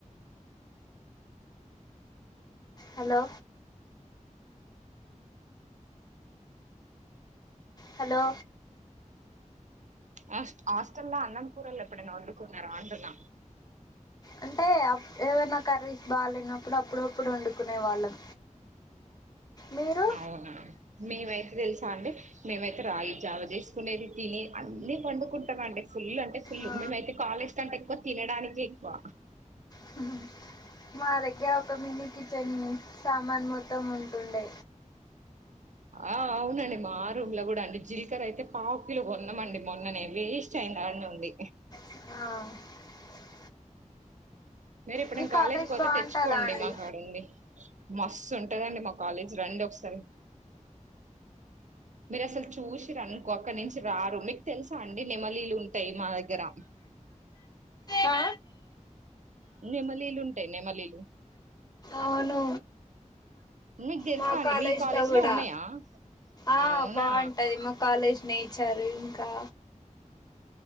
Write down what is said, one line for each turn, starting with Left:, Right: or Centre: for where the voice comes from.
Left: హలో హలో
Right: హస్ హాస్టల్ల అన్నం కూరల్ ఎప్పుడన్నా వండుకున్నారా అంటున్న
Left: అంటే అప్ ఏవైనా కర్రీస్ బాగలేనప్పుడు అప్పుడప్పుడు ఒండుకునే వాళ్ళం మీరు
Right: అవున మేమయితె దెలుసా అండి మేమైతే రాగి జావ జేసుకునేది తిని అన్నీ వండుకు ఫుల్లంటె ఫుల్లు
Left: ఆ,
Right: మేమైతే కాలేజ్ కంటేక్కువ తినడానికేక్కువ
Left: <inaudible> గ్గర ఒక మినీ కిచెన్ సామాన్ మొత్తం ఉంటుండే
Right: ఆ అవునండి మా రూమ్ల గూడండి జీలకరయితే పావుకిలో గొన్నమన్ మొన్ననేబీస్ చైన్ ఆడ్నే ఉంది
Left: ఆ
Right: మీరెప్పుడన్న
Left: మీ
Right: కాలేజ్ పోతే
Left: బాగుంటుందా
Right: తెచ్చుకోండి
Left: అండి
Right: మాకాడుంది మస్తు ఉంటదండి మా కాలేజ్ రండి ఒక సరే మీరసల్ చూసిరన్కో అక్కడ్ నుంచి రారు మిక్ తెల్సా అండి నెమలీలుమ్టాయి మా దగ్గర
Left: ఆ?
Right: నెమలీలు ఉంటాయి నెమలీలు
Left: అవును
Right: మీకు తెలుసా
Left: మా
Right: అండి
Left: కాలేజ్
Right: మీ
Left: లో గుడా
Right: ఉన్నాయా
Left: ఆ
Right: అవునా
Left: బాంటది మా కాలేజ్ నేచర్ ఇంకా